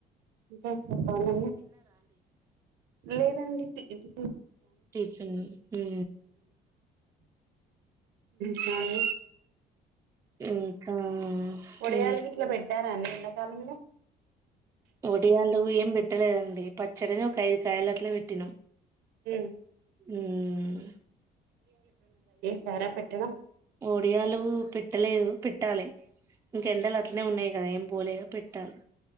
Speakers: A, on the right; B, on the right.
A: ఇంకా చెప్పాలండి లేదండి ఇ ఇటు
B: తీర్చున్ ఉ
A: సాల
B: ఇంకా
A: వడియాలు
B: ఏ
A: గిట్ల పెట్టారా అండి ఎండకాలంలో
B: వడియాలు ఏం పెట్టలేదండి పచ్చడిని ఒక ఐదు కాయలు అట్ల పెట్టినాం
A: ఉ
B: ఉమ్,
A: చారా పెట్టణం
B: ఒడియాలు పెట్టలేదు పెట్టాలె. ఇంకెండల్ అట్లనే ఉన్నయి కదా ఏం పోలేగ పెట్టాలె